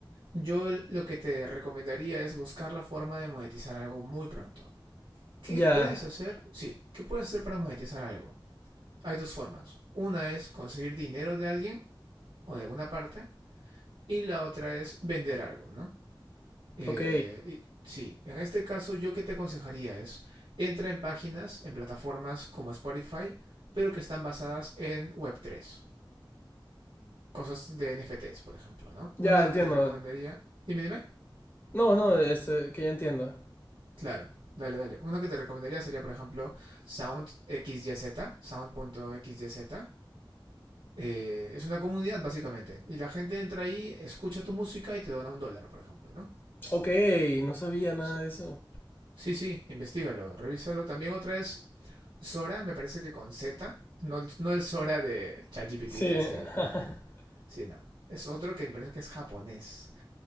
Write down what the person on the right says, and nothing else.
yo lo que te recomendaría es buscar la forma de monetizar algo muy pronto. ¿Qué
puedes hacer? Sí, ¿qué puedes hacer para monetizar algo? Hay dos formas. Una es conseguir dinero de alguien o de alguna parte, y la otra es vender algo, ¿no? Eh,
y- sí, en este caso yo que te aconsejaría es, entra en páginas, en plataformas como Spotify, pero que están basadas en Web3, cosas de NFTs, por ejemplo, ¿no?
Una
que te recomendaría, dime, dime,
claro, dale, dale, una que te recomendaría sería, por ejemplo, Sound SoundXYZ, Sound.xyz. Eh, es una comunidad, básicamente, y la gente entra ahí, escucha tu música y te dona un dólar, por ejemplo, ¿no?
Es-
Sí, sí, investigalo, revísalo. También otra es Sora, me parece que con Z, no, no el Sora de ChatGPT
que hace
imágenes, sino es otro que me parece que es japonés